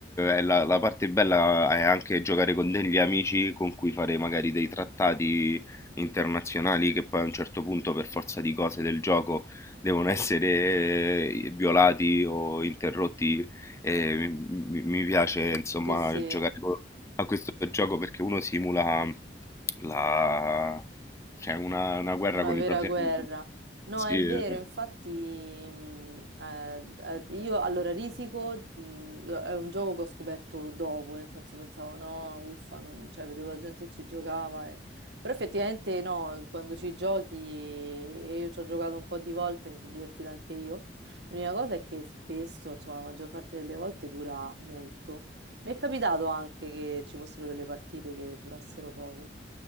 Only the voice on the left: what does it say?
eh, la, la parte bella è anche giocare con degli amici con cui fare magari dei trattati internazionali che poi a un certo punto, per forza di cose del gioco, devono essere eh, violati o interrotti. E mi, mi piace insomma
giocare co- a questo gioco perché uno simula la, cioè una, una guerra
con
i propri
amici.
Sì,
esatto.